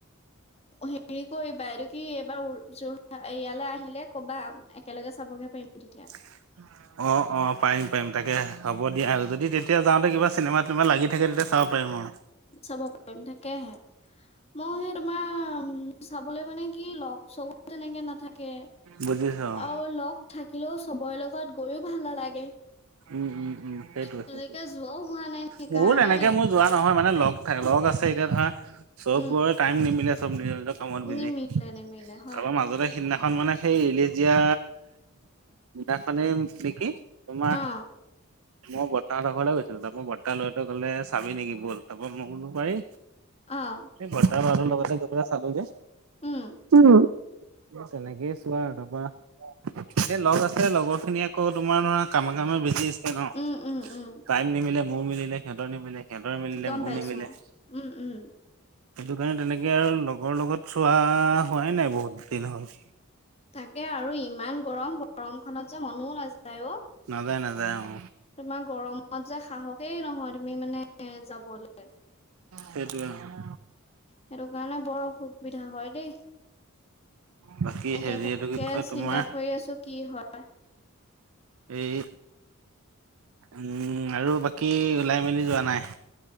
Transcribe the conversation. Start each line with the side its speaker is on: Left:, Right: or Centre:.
Left: হেৰি কৰিবা এইটো কি এইবাৰ যো ইয়ালৈ আহিলে ক'বা একেলগে চাবগে পাৰিম তেতিয়া।
Right: <unintelligible> অ, অ, পাৰিম পাৰিম তাকে হ'ব দিয়া আৰু যদি তেতিয়া যাওঁতে কিবা চিনেমা তোমাৰ লাগি থাকে তেতিয়া চাব পাৰিম আৰু।
Left: চাব পাৰিম তাকেহে মই হে তোমাৰ উম, চাবলে মানে কি লগ চগ তেনেকে নাথাকে। তাকে
Right: বুজিছো অ।
Left: আৰু লগ থাকিলেও চবৰে লগত গৈও ভাল নালাগে।
Right: উম উম উম সেইটোৱে
Left: তেনেকে
Right: সেইটোৱে
Left: যোৱাও হোৱা নাই সেইকাৰণে
Right: মোৰো তেনেকে
Left: আৰু ই
Right: মোৰ যোৱা নহয় মানে লগ থাকে লগ আছে এতিয়া ধৰা চব
Left: উম
Right: বোৰে টাইম নিমিলে চব নিজৰ নিজৰ কামত বিজি,
Left: নিমিলে নিমিলে হয়
Right: তাৰ পৰা মাজতে সিদিনা খন মানে সেই ৰিলিজ দিয়া দিনাখনেই নেকি তোমাৰ
Left: অ
Right: মই বৰ্তাহঁতৰ ঘলে গৈছিলো তাৰপৰা বৰ্তা ল'ৰাটোৱে ক'লে চাবি নেকি ব'ল তাৰপৰা মই কলোঁ পাৰি
Left: অ'।
Right: বৰ্তা ল'ৰাটোৰ লগতে গৈ পেলাই চালোগে,
Left: উম
Right: উম। তেনেকে ছোৱা আৰু তাৰ পৰা এ লগ আছে লগৰখিনি আকৌ তোমাৰ ধৰা কামে কামে বিজি আছে ন।
Left: উম উম উম
Right: টাইম নিমিলে মোৰ মিলিলে সিহঁতৰ নিমিলে সিহঁতৰ মিলিলে
Left: গম
Right: মোৰ
Left: পাইছো
Right: নিমিলে।
Left: উম উম
Right: সেইটো কাৰণে তেনেকে আৰু লগৰ লগত চোৱা হোৱাই নাই বহুত দিন হ'ল।
Left: তাকে আৰু ইমান গৰম গৰম খনযে মনও নাযায় অ'।
Right: নাযায় নাযায় অ'।
Left: তোমাৰ গৰমতযে সাহসেই নহয় তুমি মানে যাবলে।
Right: সেইটোৱে অ।
Left: সেইটো কাৰণে বৰ অসুবিধা হয় দেই।
Right: বাকী
Left: এতিয়া
Right: হেৰি
Left: তাকে
Right: এইটো কি কয়
Left: চিন্তা
Right: তোমাৰ
Left: কৰি আছো কি হয়।
Right: এই উম, আৰু বাকী ওলাই মেলি যোৱা নাই?